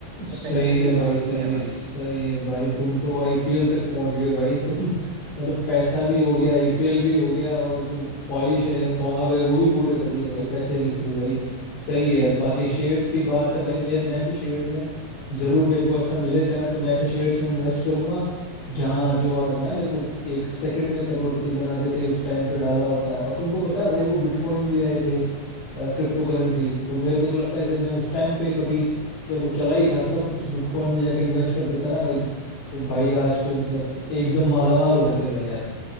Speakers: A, on the left (about 80°); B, on the right (about 70°).
A: सही
B: तो टेंशन
A: है
B: की जरूरत
A: भाई सही
B: ही नहीं है
A: है
B: भाई
A: सही है भाई तुम तो आईपीएल तक पहुंच गए भाई <laughs> तुम मतलब पैसा भी हो गया आईपीएल भी हो गया और जो ख्वाहिश है ख्वाब है वो भी पूरे कर लिए भाई पैसे के थ्रू भाई सही है
B: बिल
A: बाकी शेयर्स की बात है भाई मेरे मैं भी शेयर में जरूर मेरे को ऐसा मिले चांस तो मैं ऐसे शेयर्स में इन्वेस्ट करूंगा जहाँ जो आज ना मेरे को एक सेकंड में करोड़पति बना देते उस टाइम पे डाला होता है और तुमको पता है भाई वो बिटकॉइन भी आए थे क्रिप्टो करेंसी तो मेरे को तो लगता है शायद मैं उस टाइम पे कभी जब वो चला ही था तब उस बिटकॉइन में जाके इन्वेस्ट कर देता ना भाई तो भाई आज तो मतलब एकदम मालामाल हो जाते भाई यार